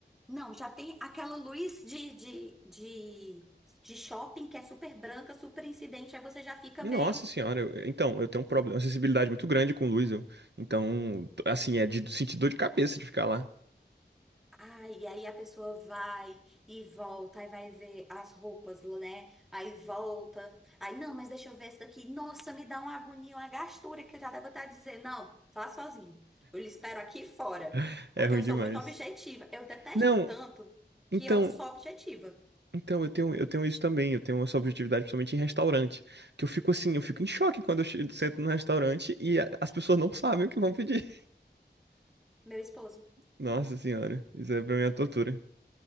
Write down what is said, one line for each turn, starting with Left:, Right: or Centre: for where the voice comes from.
Centre: Não, já tem aquela luz de, de, de, de shopping que é super branca, super incidente, aí você já fica
Right: Nossa
Centre: meio
Right: senhora, eu- então, eu tenho um problema, uma sensibilidade muito grande com luz, eu. Então, assim, é de sentir dor de cabeça de ficar lá.
Centre: Ah, e aí a pessoa vai e volta, aí vai ver as roupas, né? Aí volta. Aí, não, mas deixa eu ver essa daqui. Nossa, me dá uma agonia, uma gastura que eu já devo estar dizer, não, vá sozinho. Eu lhe espero aqui fora,
Right: <laughs> É
Centre: porque
Right: ruim
Centre: eu
Right: demais.
Centre: sou muito objetiva. Eu detesto
Right: Não,
Centre: tanto
Right: então.
Centre: que eu sou objetiva,
Right: Então, eu tenho, eu tenho isso também, eu tenho essa objetividade principalmente em restaurante, que eu fico assim, eu fico em choque quando eu che- sento no restaurante e a- as pessoas não sabem o que vão pedir. <laughs>
Centre: meu esposo.
Right: Nossa senhora, isso é pra mim é uma tortura.